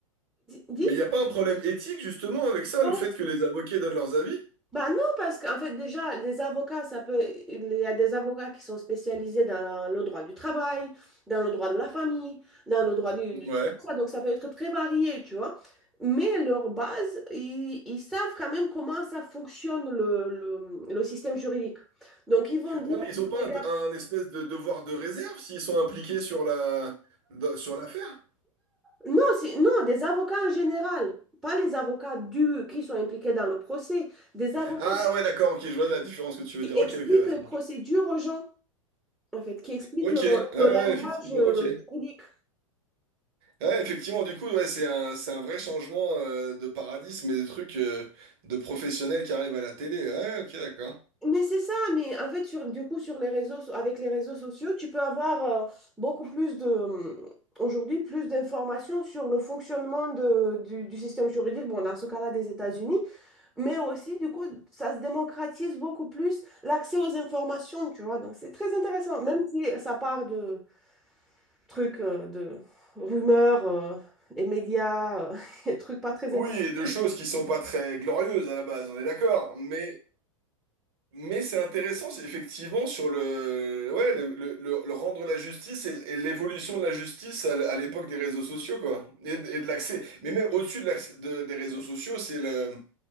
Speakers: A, in the centre; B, on the right.
A: Dis?
B: Mais il n'y a pas un problème éthique, justement, avec ça,
A: Ouais.
B: le fait que les avocats donnent leurs avis?
A: Bah non, parce qu'en fait, déjà, les avocats, ça peut... Il y a des avocats qui sont spécialisés dans le droit du travail, dans le droit de la famille, dans le droit du, du
B: Ouais.
A: truc comme ça. Donc, ça peut être très varié, tu vois. Mais leur base, ils, ils savent quand même comment ça fonctionne le, le, le système juridique. Donc, ils vont dire,
B: Ouais, mais ils ont pas
A: regarde,
B: un, un espèce de devoir de réserve s'ils sont impliqués sur la... dans- sur l'affaire?
A: non, c'est- non, des avocats en général, pas les avocats du, qui sont impliqués dans le procès, des avocats
B: Ah ouais, d'accord, ok, je vois la différence que tu veux
A: qui
B: dire.
A: expliquent
B: Ok, ok, ouais,
A: les
B: ça
A: procédures
B: marche.
A: aux gens. en fait, qui explique
B: Ok,
A: le,
B: ouais, ouais,
A: le langage
B: effectivement,
A: euh,
B: ok.
A: unique.
B: Ouais, effectivement, du coup, ouais, c'est un, c'est un vrai changement euh, de paradigme mais des trucs euh, de professionnels qui arrivent à la télé. Ouais, ok, d'accord.
A: Mais c'est ça, mais en fait, sur, du coup, sur les réseaux, so- avec les réseaux sociaux, tu peux avoir euh, beaucoup plus de, euh, aujourd'hui, plus d'informations sur le fonctionnement de- du, du système juridique, bon, dans ce cas-là, des États-Unis, mais aussi, du coup, ça se démocratise beaucoup plus l'accès aux informations, tu vois. Donc, c'est très intéressant, même si ça part de trucs, euh, de rumeurs, euh, et médias, euh, <laughs> et trucs pas très
B: Oui,
A: importants.
B: et de choses qui sont pas très glorieuses à la base, on est d'accord. Mais, mais c'est intéressant, c'est effectivement, sur le, ouais, le, le- le- le rendre la justice et, et l'évolution de la justice à, l- à l'époque des réseaux sociaux, quoi. Et, de et de l'accès. Mais même au-dessus de l'accès- de- des réseaux sociaux, c'est le-